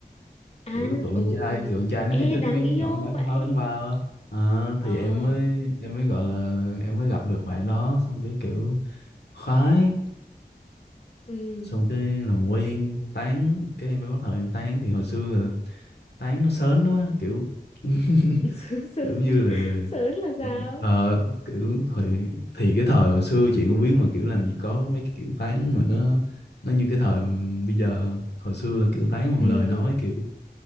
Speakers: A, on the left (about 40°); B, on the left (about 80°).
A: À,
B: kiểu tụi con
A: ừ,
B: trai
A: ừ.
B: tụi con trai nó
A: Ê,
B: hay thích
A: đáng
B: mấy nhỏ
A: yêu
B: con gái
A: vậy.
B: con má bánh bao á Ờ,
A: Ờ,
B: thì em mới em mới gọi là em mới gặp được bạn đó xong cái kiểu khoái
A: ừ.
B: xong cái làm quen tán cái em mới bắt đầu em tán thì hồi xưa là tán nó sến quá kiểu <laughs>
A: <laughs> Sớn, sớn
B: kiểu như là
A: sớn là sao?
B: ờ, kiểu thì thì cái thời hồi xưa chị cũng biết mà kiểu làm gì có mấy cái kiểu tán mà nó nó như cái thời bây giờ hồi xưa là kiểu tán bằng
A: Ừ.
B: lời nói kiểu